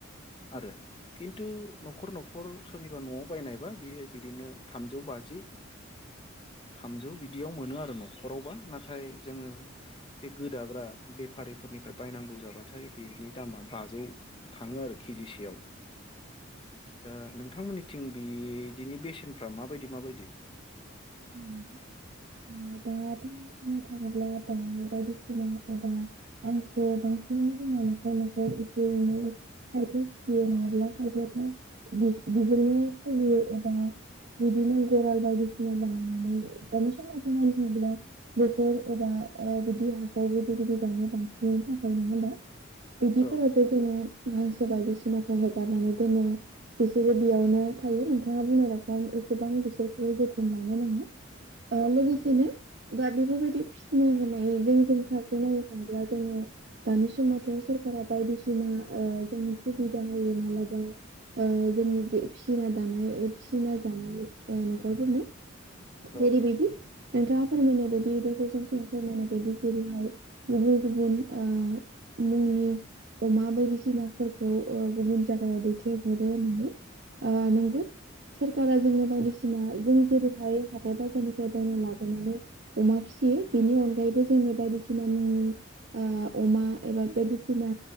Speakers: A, on the left; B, on the right.
A: आरो। खिन्थु न'खर न'खर सोरनिबा न'आव बायनायबा बियो बिदिनो थामजौ बाजि।
B: ए।
A: थामजौ बिदियाव मोनो आरो न'खरावबा नाथाय जोङो। बे गोदाग्रा बेफारिफोरनिफ्राय बायनांगौ जाबाथाय बेनि दामा बाजौ। थाङो आरो केजिसेयाव दा नोंथांमोननि। थिं बिदिनि बेसेनफ्रा माबायदि माबायदि।
B: औ। द बुंनो थाङोब्ला दां बायदिसिना एबा आांसो बांसिन। बिदिनो जोङो नखाय नखर एसे एनै खायफ फिसियो नङाब्ला हायफब्लाथ'। बिजोंनो सोलियो एबा बिदिनो गराल बायदिसिना बानाय। दानि समआव जों नायनो थांब्ला दैखर एबा ओ बिदि हाखर बिदि हाखर गिदिर गिदिर। <unintelligible> थाखाय नङा होमबा बिदिफोरावसो
A: औ
B: जोङो हांसो बायदिसिनाखौ हेगारनानै दोनो बिसोरो बेयावनो। थायो नोंथाङा बुंनाय रखम एसेबां बिसोरखो जोथोन लानो नाङा। ओ
A: औ
B: लोगोसेनो।
A: नंगौ
B: दा बेफोरबायदि फिसिनाय हनाय जों जों फारसे नायनो थाङोब्ला जोङो। दानि समावथ सोरखारा बायदिसिना ओ जोंनो सुबिदा होयो मालाबा। ओ जों फिना दानाय फिसिना जानाय ओ नखरफोरनो। जेरै
A: औ
B: बिदि। नोंथाङा फोरमायनाय बायदि रजजन थिं फोरमायनाय बायदि जेरैहाय गुबुन गुबुन ओ मुंनि अमा बायदिसिनाफोरखौ ओ गुबुन जायगायाव दैथायहरो होननानै ओ नंगौ सरखारा जोंनो बायदिसिना जों जेरै हाय हाथाय बाजारनिफ्राय बायना लाबोनानै अमा फिसियो बेनि अनगायैबो जोंङो बायदिसिना उम ओ अमा एबा बायदिसिना